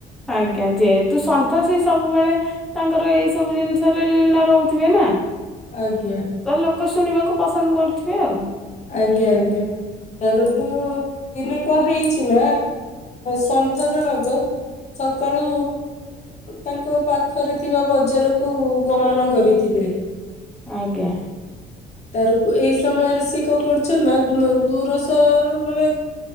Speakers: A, in the centre; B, on the left (about 40°).
A: ଆଜ୍ଞା ଯେହେତୁ ସନ୍ଥ ସେ ସବୁବେଳେ ତାଙ୍କର ଏଇ ସବୁ ଜିନିଷରେ ଲୀନ ରହୁଥିବେ ନା।
B: ଆଜ୍ଞା
A: ତ ଲୋକ ଶୁଣିବାକୁ ପସନ୍ଦ କରୁଥିବେ ଆଉ।
B: ଆଜ୍ଞା ଆଜ୍ଞା। ତରକୁ ଦିନେ କଣ ହେଇଛି ନା ସନ୍ଥ ଜଣଙ୍କ ସକାଳୁ ତାଙ୍କ ପାଖରେ ଥିବା ବଜାରକୁ ଗମନ କରିଥିଲି। ହୁଁ।
A: ଆଜ୍ଞା।
B: ବାହାରକୁ ଏଇ ସମୟରେ ସେ କଣ କରୁଛ ନା ଦୂର ସହର ମାନେ